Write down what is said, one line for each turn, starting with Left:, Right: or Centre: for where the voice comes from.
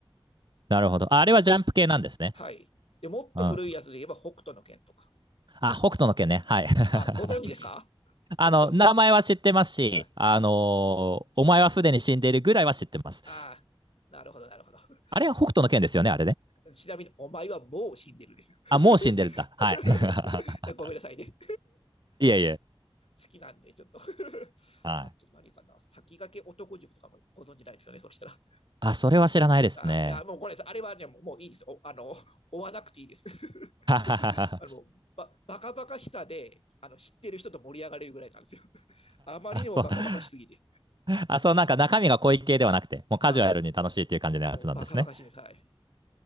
Right: なるほど。ああれはジャンプ系なんですね。
Left: あ、はい。で、もっと古いやつで言えば北斗の拳とか。
Right: うん。あ、北斗の拳ね。はい。<laughs>
Left: あ、ご存知ですか北斗の拳。
Right: あの、名前は知ってますし、
Left: あ、
Right: あのーお前はすでに死んでいるぐらいは知ってます。
Left: あなるほど、なるほど。
Right: あれは北斗の拳ですよね、
Left: うん
Right: あれね。
Left: ちなみに、お前はもう死んでるですよ。
Right: あ、もう死んでるんだ。はい。
Left: <laughs>
Right: <laughs>
Left: ごめんなさいね。
Right: いえいえ。
Left: 好きなんで、ちょっと <laughs>
Right: はい。
Left: あと何かな、先駆け男塾とかもご存知ないですよね、そしたら。
Right: あ、それは知らないですね。
Left: あいや、もうこれです。あれはね、もういいです。おあの追わなくていいです。<laughs>
Right: <laughs>
Left: あのばバカバカしさであの知ってる人と盛り上がれるぐらいなんですよ。<laughs> あまりにもバカバカしすぎて。
Right: そう。<laughs> あ、そう、なんか中身が濃い系ではなくて、もうカジュアルに楽しいっていう感じのやつなんですね。
Left: あバカバカしいです。はい。